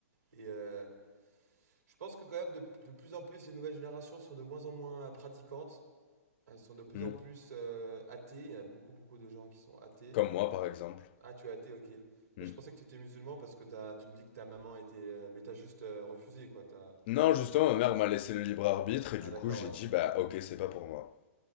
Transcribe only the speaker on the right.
Et euh, je pense que quand même de, de plus en plus les nouvelles générations sont de moins en moins euh, pratiquantes, elles sont de plus
en plus euh, athées. Il y a beaucoup beaucoup de gens qui sont athées.
Ah, tu es athée, ok.
Bah, Je pensais que tu étais musulman parce que t'as, tu me dis que ta maman était, euh, mais t'as juste euh, refusé quoi. T'as...
Ah
d'accord,
ouais.